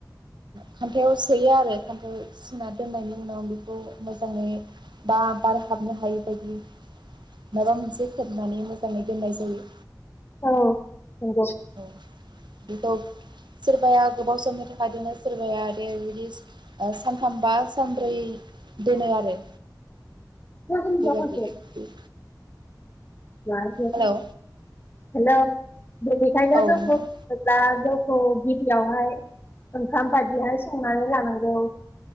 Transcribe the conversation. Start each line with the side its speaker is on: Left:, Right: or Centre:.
Right: खान्थायाव सोयो आरो खान्थायाव सोना दोननायनि उनाव बेखौ मोजाङै बा बार हाबनो हायि बायदि। माबा मोनसे खोबनानै मो खोबनानै दोननाय जायो।
Left: ओ नंगौ। <inaudible>
Right: औ बेखौ सोरबाया गोबाव समनि थाखाय दोनो सोरबाया दे बिदि सानथामबा सानब्रै दोनो आरो।
Left: नंगौ
Right: बेबायदि।
Left: <unintelligible>
Right: हेलौ
Left: हेलौ बेनिखायनो
Right: औ नोंथां
Left: <unintelligible> औ औ गिबियावहाय। ओंखाम बादिहाय संनानै लानांगौ।